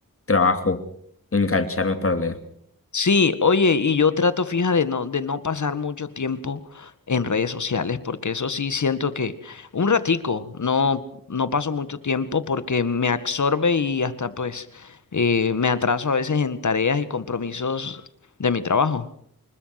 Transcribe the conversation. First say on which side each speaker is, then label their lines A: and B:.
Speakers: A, on the left; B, on the left.
A: trabajo engancharme para leer.
B: Sí, oye, y yo trato, fija, de no, de no pasar mucho tiempo en redes sociales, porque eso sí siento que un ratico, no, no paso mucho tiempo porque me absorbe y hasta pues eh, me atraso a veces en tareas y compromisos de mi trabajo.